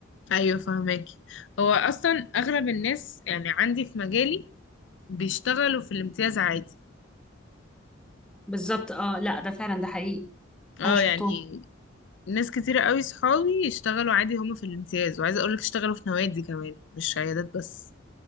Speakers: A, on the left; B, in the centre.
A: ايوه فهمك هو اصلا اغلب الناس يعني عندي في مجالي بيشتغلوا في الامتياز عادي
B: بالظبط اه لا ده فعلا ده حقيقي
A: اه
B: انا شفتهم
A: يعني ناس كتيرة قوي صحابي يشتغلوا عادي هما في الامتياز وعايزه اقولك اشتغلوا في نوادي كمان مش عيادات بس